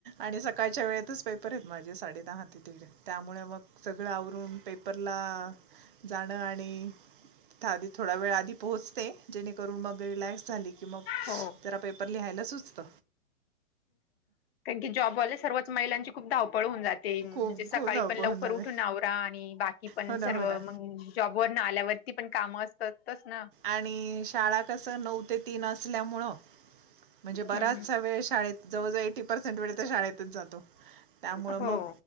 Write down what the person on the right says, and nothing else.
आणि सकाळच्या वेळेतच पेपर आहेत माझे साडे दहा ते तीिकडे. त्यामुळे मग सगळं आवरून पेपरला जाणं आणि. आधी थोडा वेळ आधी पोहचते जेणेकरून मग रिलॅक्स. झाली की मग
जरा पेपर लिहायला सुचत.
खूप
खूप धावपळ
होऊन जाते
हो ना
हो ना
आणि शाळा कस नऊ ते तीन असल्यामुळं. म्हणजे बराचसा
वेळ शाळेत जवळजवळ एटी पर्सेंट वेळ तर शाळेतच जातो. त्यामुळं
मग.